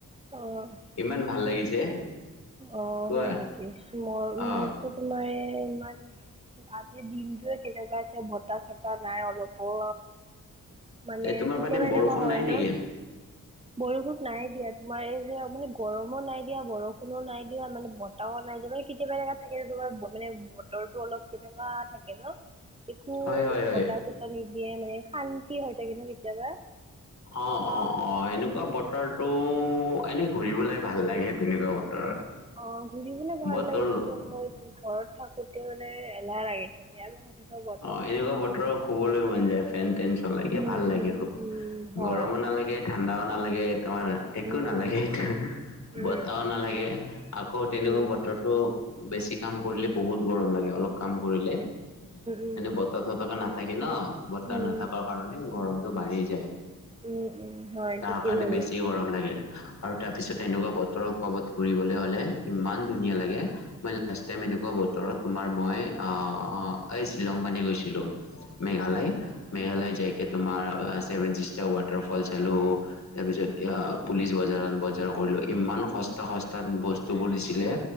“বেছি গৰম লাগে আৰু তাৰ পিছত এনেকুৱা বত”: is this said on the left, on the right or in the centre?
Left